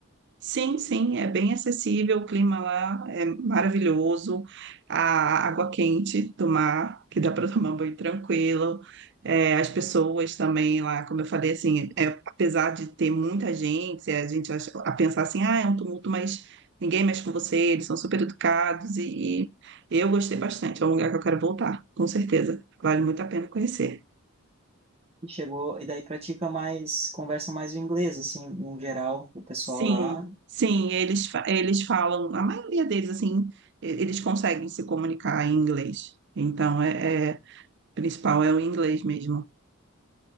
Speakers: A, on the right; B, on the right.
A: sim, sim, é bem acessível, o clima lá é maravilhoso, a água quente do mar, que dá para <laughs> tomar banho tranquilo. É, as pessoas também lá, como eu falei, assim, é, apesar de ter muita gente, a gente acha- a pensar assim, ah, é um tumulto, mas ninguém mexe com você, eles são super educados e, e eu gostei bastante. É um lugar que eu quero voltar, com certeza. Vale muito a pena conhecer.
B: E chegou, e daí pratica mais, conversa mais o inglês, assim, no geral, o pessoal
A: Sim,
B: lá.
A: sim, eles, fa- eles falam, a maioria deles, assim, e- eles conseguem se comunicar em inglês. Então, é, é- o principal é o inglês mesmo.